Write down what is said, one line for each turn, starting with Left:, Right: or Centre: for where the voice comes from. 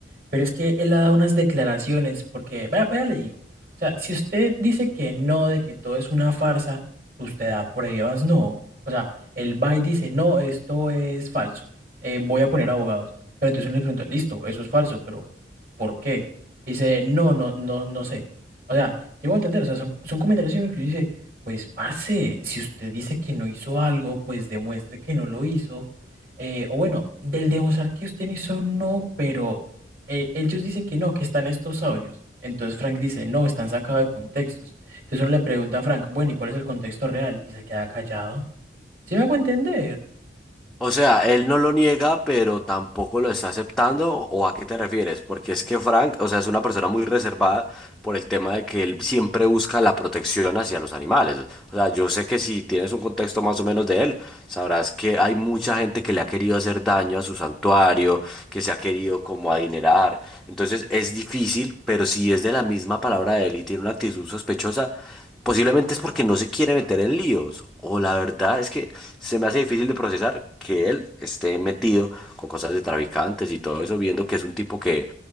Right: Pero es que él ha dado unas declaraciones, porque, vea, vea, le digo, o sea, si usted dice que no, de que todo es una farsa, usted da pruebas, no. O sea, él va y dice, no, esto es falso, eh, voy a poner abogados. Pero entonces uno le pregunta, listo, eso es falso, pero ¿por qué? Dice, no, no, no, no sé. O sea, sí me voy a entender, o sea, son, son comentarios en los que uno dice, pues, parce, si usted dice que no hizo algo, pues demuestre que no lo hizo. Eh, o bueno, del demostrar que usted no hizo, no, pero eh, ellos dicen que no, que están estos audios. Entonces Frank dice, no, están sacados de contextos. Entonces uno le pregunta a Frank, bueno, ¿y cuál es el contexto real? Y se queda callado. ¿Sí me hago entender?
Centre: O sea, él no lo niega, pero tampoco lo está aceptando. ¿O a qué te refieres? Porque es que Frank, o sea, es una persona muy reservada por el tema de que él siempre busca la protección hacia los animales. O sea, yo sé que si tienes un contexto más o menos de él, sabrás que hay mucha gente que le ha querido hacer daño a su santuario, que se ha querido como adinerar. Entonces es difícil, pero si es de la misma palabra de él y tiene una actitud sospechosa, Posiblemente es porque no se quiere meter en líos. O la verdad es que se me hace difícil de procesar que él esté metido con cosas de traficantes y todo eso, viendo que es un tipo que